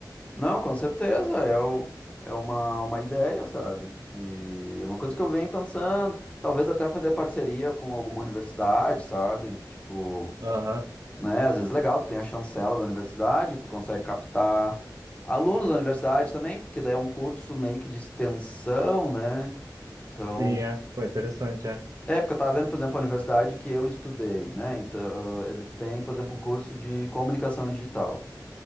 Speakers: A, on the left (about 20°); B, on the right (about 50°).
A: Não, com certeza, é, o, é uma, uma ideia, sabe? E é uma coisa que eu venho pensando, talvez até fazer parceria com alguma universidade, sabe? Tipo,
B: Aham,
A: né, às vezes é legal, tu tem a chancela da universidade, tu consegue captar alunos da universidade também, porque daí é um curso meio que de extensão, né? Então,
B: Sim, é. Pô, interessante, é.
A: é, porque eu tava vendo, por exemplo, a universidade que eu estudei, né? Então, eles têm, por exemplo, um curso de comunicação digital.